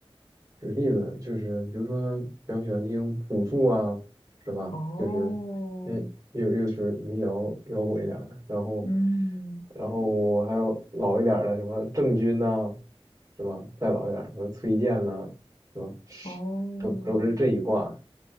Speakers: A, on the right; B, on the left.
A: 举个例子，就是比如说比较喜欢听朴树啊，是吧？
B: 哦，
A: 就是，嗯，又又是民谣摇滚一点儿的，然后，
B: 嗯，
A: 然后我还有老一点儿的什么郑钧呐、是吧？再老一点儿什么崔健呐、是吧？
B: 哦
A: <laughs> 都都是这一挂。